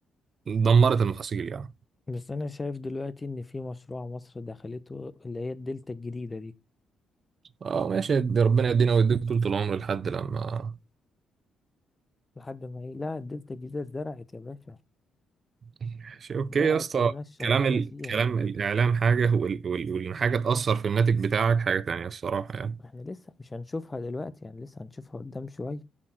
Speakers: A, on the right (about 50°); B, on the left (about 15°).
A: دمرت المحاصيل يعني
B: بس انا شايف دلوقتي ان في مشروع مصر دخلته اللي هي الدلتا الجديدة دي
A: اه ماشي دي ربنا يدينا ويديك طول العمر لحد لما
B: لحد ما ايه لا الدلتا الجديدة اتزرعت يا باشا
A: ماشي اوكي
B: زرعت
A: يا اسطى
B: والناس شغالة
A: كلام ال...
B: فيها
A: كلام الإعلام حاجة وال... وال... والحاجة تأثر في الناتج بتاعك حاجة تانية الصراحة يعني
B: احنا لسه مش هنشوفها دلوقتي يعني لسه هنشوفها قدام شوية